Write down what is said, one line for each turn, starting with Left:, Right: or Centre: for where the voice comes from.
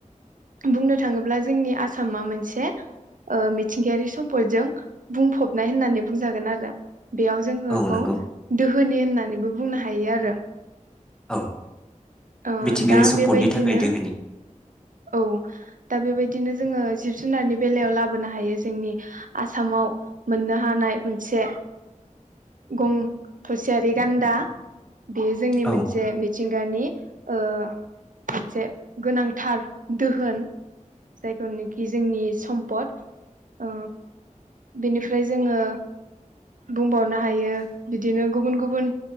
Right: बुंनो थाङोब्ला जोंनि आसामा मोनसे ओ मिथिंगायारि सम्पदजों बुंफबनाय होननानै बुंजागोन आरो। बेयाव जोङोखौ
Centre: औ नंगौ
Right: दोहोनि होननानैबो बुंनो हायो आरो।
Centre: औ।
Right: ओ
Centre: मिथिंगायारि
Right: दा
Centre: सम्पदनि
Right: बेबायदिनो
Centre: थाखाय दोहोनि
Right: औ दा बेबाय दिनो जोङो जिब जुनारनि बेलायाव लाबोनो हायो जोंनि आसामाव मोननो हानाय मोनसे गं थ'सेयारि गान्दा। बेयो जोंनि
Centre: औ
Right: मोनसे मिथिंगानि ओ मोनसे गोनांथार दोहोन जायखौनोखि जोंनि सम्पद ओ बेनिफ्राय जोङो बुंबावनो हायो बिदिनो गुबुन गुबुन